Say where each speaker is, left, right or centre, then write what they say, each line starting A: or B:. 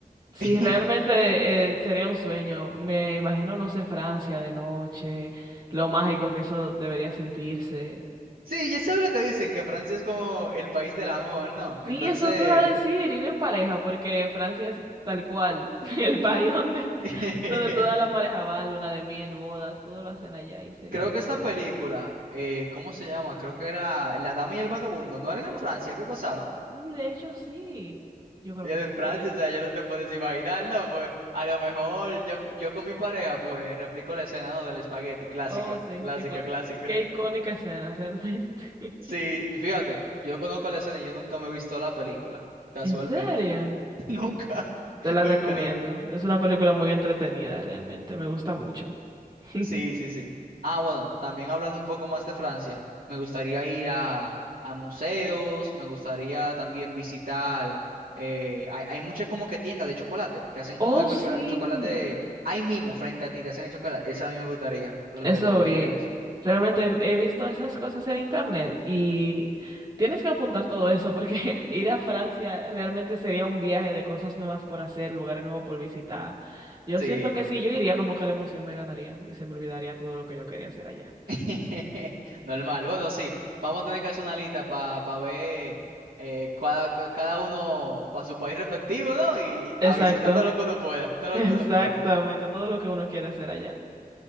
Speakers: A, on the right; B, on the right.
A: Sí,
B: <laughs>
A: realmente eh, sería un sueño. Me imagino, no sé, Francia de noche, lo mágico que eso debería sentirse.
B: Sí, ya sabes lo que dicen, que Francia es como el país del amor, ¿no?
A: Sí,
B: Entonces,
A: eso te iba a decir, ir en pareja, porque Francia es tal cual <laughs> el país donde,
B: <laughs>
A: donde toda la pareja va, luna de miel, bodas, todo lo hacen allá y sería
B: creo
A: muy...
B: que
A: bueno.
B: esta película, eh, ¿cómo se llama? Creo que era La Dama y el Vagabundo, ¿no eran en
A: Oh,
B: Francia? ¿Qué pasaba?
A: sí, de hecho sí. Yo creo
B: Y
A: que
B: era
A: sí,
B: en Francia,
A: que era ahí.
B: o sea, ya no te puedes imaginar, ¿no? Pues a lo mejor yo, yo con mi pareja, pues replico la escena, ¿no? Del espagueti, clásica,
A: Oh, sí,
B: clásica,
A: qué, cl-
B: clásica.
A: qué icónica escena realmente. <laughs>
B: Sí, fíjate, yo conozco la escena y yo nunca me he visto la película, casualmente.
A: ¿En serio?
B: <laughs> Nunca,
A: Te la
B: nunca,
A: recomiendo.
B: nunca.
A: Es una película muy entretenida, realmente. Me gusta mucho. <laughs>
B: Sí, sí, sí. Ah, bueno, también hablando un poco más de Francia, me gustaría ir a, a museos, me gustaría también visitar, eh, hay, hay muchas como que tiendas de chocolate, que hacen
A: Oh,
B: como que
A: sí.
B: chocola- chocolate ahí mismo, frente a ti, te hacen el chocolate. Eso a mí me gustaría, realmente,
A: Eso
B: me gustaría
A: vi.
B: mucho.
A: Realmente he visto esas cosas en internet y tienes que apuntar todo eso porque <laughs> ir a Francia realmente sería un viaje de cosas nuevas por hacer, lugares nuevos por visitar. Yo
B: Sí,
A: siento que si yo iría, como que la emoción me ganaría y se me olvidaría todo lo que yo quería hacer allá.
B: <laughs> normal. Bueno, sí, vamos a tener que hacer una lista para ver eh, cada, ca- cada uno para su país respectivo, ¿no? Y
A: Exacto,
B: a visitar todo lo que uno pueda,
A: <laughs>
B: todo lo
A: exactamente,
B: que uno pueda.
A: todo lo que uno quiere hacer allá.